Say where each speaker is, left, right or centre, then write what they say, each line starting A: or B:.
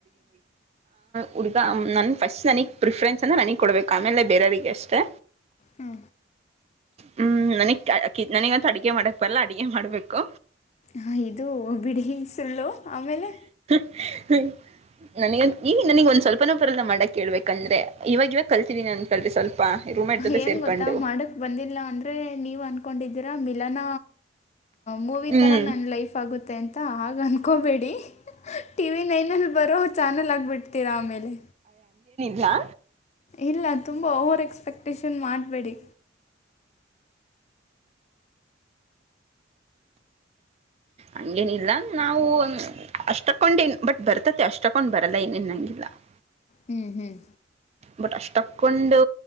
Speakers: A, on the right; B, on the left.
A: ಹುಡುಗ ನನ್ನ ಫಸ್ಟ್ ನನಗೆ ಪ್ರಿಫ್ರೆನ್ಸ್ ಅಂದರೆ ನನಗೆ ಕೊಡಬೇಕು ಆಮೇಲೆ ಬೇರೆಯವರಿಗೆ ಅಷ್ಟೇ
B: ಹ್ಮ
A: ಹ್ಮ್ ನನಗ್ ನನಗಂತೂ ಅಡುಗೆ ಮಾಡಕ್ ಬರಲ್ಲ ಅಡಗೆ ಮಾಡ್ಬೇಕು
B: ಹ ಇದು ಬಿಡಿನ್ ಸುಳ್ಳು ಆಮೇಲೆ
A: ಹ್ಮ ನನಗ ಒ ಈ ನನಗಗ್ ಒಂದ ಸ್ವಲ್ಪನೋಬ್ರ ಎಲ್ಲ ಮಾಡಕ್ ಕೇಳ್ಬೇಕಂದ್ರೆ ಇವಾಗ ಇವಾಗ ಕಲ್ತಿದಿನನಿ ಸ್ವಲ್ಪ ರೂಮ್ಮೇಟ್ ಜೊತೆ
B: ಏನ್
A: ಸೇರ್ಕೊಂಡು
B: ಗೊತ್ತಾ ಮಾಡಕ್ ಬಂದಿಲ್ಲ ಅಂದ್ರೆ ನೀವ್ ಅನ್ಕೊಂಡಿದೀರ ಮಿಲನ ಮೂವಿ
A: ಹ್ಮ್
B: ತರ ನನ್ನ ಲೈಫ್ ಆಗುತ್ತೆ ಅಂತ ಆಗ ಅನ್ಕೊಬೇಡಿ ಟಿವ ವಿ ನೈನ್ ಅಲ್ಲಿ ಬರೋ ಚಾನಲ್ ಆಗ್ಬಿಡ್ತೀರಾ ಆಮೇಲೆ
A: ಹಾ
B: ಇಲ್ಲ ತುಂಬಾ ಓವರ್ ಎಕ್ಸ್ಪೆಕ್ಟಷನ್ ಮಾಡಬೇಡಿ
A: ಹಂಗೇನಿಲ್ಲ ನಾವು ಅಷ್ಟಕ್ಕೊಂಡೇನ್ ಬಟ್ ಬರ್ತತಿ ಅಷ್ಟಕ್ಕೊಂಡ್ ಬರಲ್ಲ ಏನೇನ್ಂಗಿಲ್ಲ ಹ
B: ಹ್ಮ್ ಹ್ಮ್
A: ಬಟ್ ಅಷ್ಟಕ್ಕೊಂಡು